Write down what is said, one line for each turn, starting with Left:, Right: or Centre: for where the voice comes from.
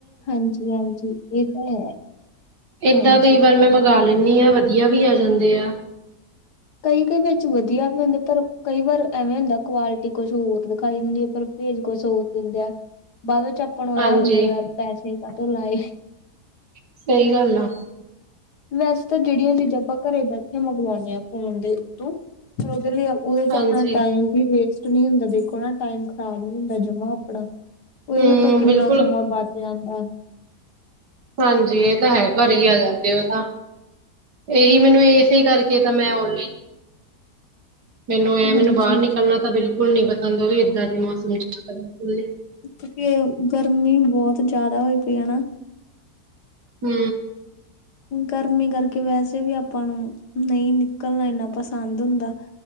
Left: ਹਾਂਜੀ-ਹਾਂਜੀ ਇਹ ਤਾਂ ਹੈ,
Right: ਏਦਾਂ
Left: ਹਾਂਜੀ
Right: ਕਈ ਵਾਰ ਮੈਂ ਮੰਗਵਾ, ਲੈਂਨੀ ਹਾਂ ਵਧੀਆ ਵੀ ਆ ਜਾਂਦੇ ਆ।
Left: ਕਈ-ਕਈ ਵਿੱਚ ਵਧੀਆ ਵੀ ਹੁੰਦੇ ਪਰ ਕਈ ਵਾਰ ਐਵੇਂ ਹੁੰਦਾ, ਕੁਆਲਿਟੀ ਕੁਛ ਹੋਰ ਦਿਖਾਈ ਦਿੰਦੀ ਹੈ, ਪਰ ਭੇਜ ਕੁਛ ਹੋਰ ਦਿੰਦਾ, ਬਾਅਦ ਵਿੱਚ ਆਪਾ ਨੂੰ
Right: ਹਾਂਜੀ
Left: ਐ ਹੁੰਦਾ ਯਾਰ ਪੈਸੇ, ਲਾਏ,
Right: ਸਹੀ ਗੱਲ ਆ
Left: ਵੈਸੇ ਤਾਂ ਜਿਹੜੀਆਂ ਚੀਜ਼ਾਂ ਆਪਾਂ ਘਰੇ ਬੈਠੇ ਮੰਗਵਾਨੇ ਆ ਫੋਨ ਤੋ ਫੇਰ ਉਹਦੇ ਲਈ ਉਹਦੇ ਚ
Right: ਹਾਂਜੀ
Left: ਆਪਣਾ ਟਾਈਮ ਵੀ ਵੇਸਟ ਟ ਨੀ ਹੁੰਦਾ ਦੇਖੋ ਨਾ ਟਾਈਮ ਖ਼ਰਾਬ ਨੀ ਹੁੰਦਾ ਜਮਾਂ ਆਪਣਾ ਉਹ
Right: ਹਮ
Left: ਆਪਾਂ ਕਿੰਨਾ
Right: ਬਿਲਕੁਲ
Left: ਸਮਾਂ ਬਚ ਜਾਂ ਹਾਂ,
Right: ਹਾਂਜੀ, ਇਹ ਤਾਂ ਹੈ, ਘਰ ਹੀ ਆ ਜਾਂਦੇ ਉਹ ਤਾਂ ਇਹੀ ਮੈਨੂੰ ਇਸੇ ਕਰਕੇ ਤਾਂ ਮੈਂ ਔਨ ਮੈਨੂੰ ਐ
Left: ਹਾਂਜੀ
Right: ਮੈਨੂੰ ਬਾਹਰ ਨਿਕਲਣਾ
Left: ਹਾਂਜੀ
Right: ਤਾਂ ਬਿਲ ਹੁਣ ਨੀ ਪਸੰਦ ਉਹ ਵੀ ਏਦਾਂ ਦੇ ਮੌਸਮ ਚ <unintelligible>
Left: ਕਿਉਂਕਿ ਗਰਮੀ ਬਹੁਤ ਜ਼ਿਆਦਾ ਹੋਈ ਪਈ ਹੈ ਨਾ,
Right: ਹੂੰ,
Left: ਗਰਮੀ ਕਰਕੇ ਵੈਸੇ ਵੀ ਆਪਾਂ ਨੂੰ ਨਹੀਂ ਨਿਕਲਣਾ ਇੰਨਾ ਪਸੰਦ ਹੁੰਦਾ